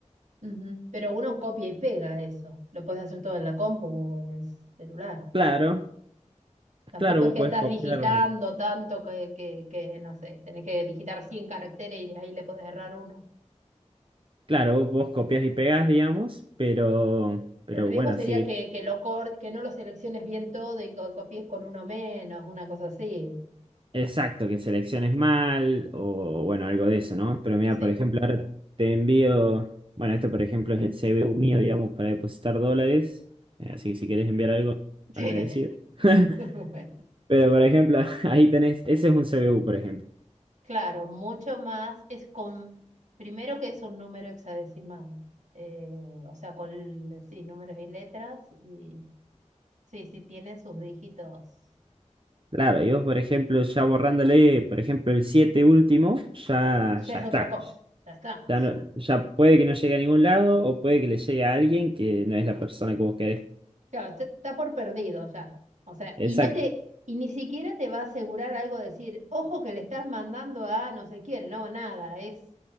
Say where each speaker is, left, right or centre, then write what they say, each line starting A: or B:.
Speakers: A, on the right; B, on the right.
A: Ujú, Pero uno copia y pega eso. Lo puedes hacer todo en la compu o en el celular.
B: Claro,
A: va. Tampoco
B: claro,
A: es
B: vos
A: que
B: podés
A: estás
B: copiar,
A: digitando tanto que, que, que, no sé, tenés que digitar 100 caracteres y de ahí le podés errar uno.
B: claro, vos, vos copias y pegás, digamos, pero, pero
A: El riesgo
B: bueno,
A: sería
B: sí.
A: que, que, lo cor- que no lo selecciones bien todo y co- copies con uno menos, una cosa así.
B: Exacto, que selecciones mal o bueno, algo de eso, ¿no? Pero mira,
A: Sí,
B: por ejemplo, ahora te envío, bueno, esto por ejemplo es el CBU mío, digamos, para depositar dólares, eh, así que si quieres enviar algo,
A: <laughs> sí.
B: agradecido. <laughs>
A: Bueno,
B: Pero por ejemplo, <laughs> ahí tenés, ese es un CBU, por ejemplo.
A: claro, mucho más es con, primero que es un número hexadecimal, eh, o sea, con, sí, números y letras, y sí, sí tiene sus dígitos.
B: Claro, y vos, por ejemplo, ya borrándole, por ejemplo, el 7 último, ya, ya
A: Ya es
B: está.
A: otra cosa, ya está.
B: Ya, no- ya puede que no llegue a ningún lado o puede que le llegue a alguien que no es la persona que vos querés.
A: Claro, está está por perdido ya. O sea,
B: Exacto.
A: y no te, y ni siquiera te va a asegurar algo de decir, ojo que le estás mandando a no sé quién, no, nada, es,